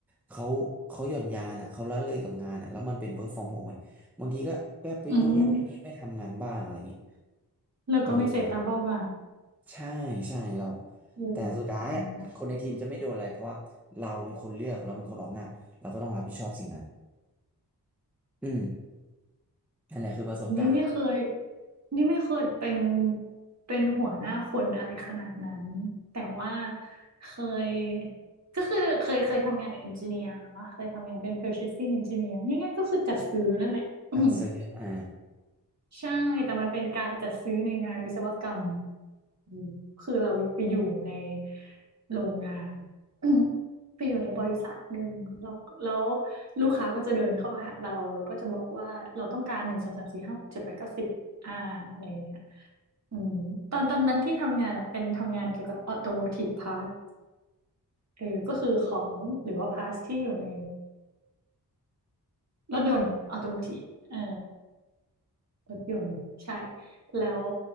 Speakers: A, in the centre; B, on the right.
A: เขาเขาหย่อนยานอะเขาละเลยกับงานอะแล้วมันเป็น work from home ไง บางทีก็แวบไปนู่นแวบไปนี่ไม่ทำงานบ้างอะไรอย่างงี้
B: อืมแล้วก็ไม่เสร็จตามเป้าหมาย
A: มันเลยใช่ใช่เรา
B: อืม
A: แต่สุดท้ายอ่ะคนในทีมจะไม่โดนอะไรเพราะว่าเราเป็นคนเลือกเราเป็นคนออกหน้าเราก็ต้องรับผิดชอบสิ่งนั้น
B: อย่างเงี้ย
A: อืมนั่นแหละคือประสบการณ์
B: นี่ไม่เคยนี่ไม่เคยเป็นเป็นหัวหน้าคนอะไรขนาดนั้นแต่ว่าเคยก็คือเคยเคยทำงานเอนจิเนียร์นะเคยทำงานเป็น purchasing engineer ง่ายๆก็คือจัดซื้อนั่นแหละ <clears throat>
A: อัดซื้ออ่า
B: ใช่แต่มันเป็นการจัดซื้อในงานวิศวกรรมอืมคือเราไปอยู่ในโรงงาน <coughs> <clears throat> ไปอยู่ในบริษัทหนึ่งเราแล้วลูกค้าก็จะเดินเข้ามาหาเราแล้วก็จะบอกว่าเราต้องการหนึ่งสองสามสี่ห้าหกเจ็ดแปดเก้าสิบอ่าอะไรอย่างเงี้ยอืมตอนตอนนั้นที่ทำงานอ่ะเป็นทำงานเกี่ยวกับออโตโมทีฟพาร์ทเออก็คือของหรือว่าพาร์ทที่อยู่ในรถยนต์ออโตโมทีฟเออ รถยนต์ใช่แล้ว